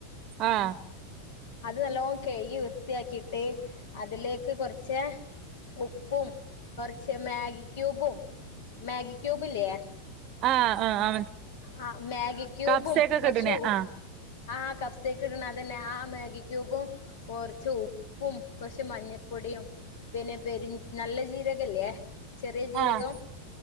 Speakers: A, on the right; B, on the left.
A: ആഹ്
B: അത് നല്ലോണം കയ്കി വൃത്ത്യാക്കീട്ട് അതിലേക്ക് കൊർച്ച് ഉപ്പും കൊർച്ച് മാഗി ക്യൂബും മാഗി ക്യൂബ് ല്ലെ
A: ആഹ് ആഹ് ആഹ്
B: ആഹ് മാഗി ക്യൂബും
A: കപ്സേക്കൊക്കെ
B: കൊർച്ച്
A: ഇട്ണേ
B: ഉ
A: ആഹ്
B: ആഹ് കഫ്സേക്ക് ഇട്ന്നതന്നെ ആഹ് മാഗി ക്യൂബും കൊർച്ച് ഉപ്പും കൊർച്ച് മഞ്ഞപ്പൊടിയും പിന്നെ പെരിൻ നല്ല ജീരകല്ലേ ചെറിയ ജീരകം
A: ആഹ്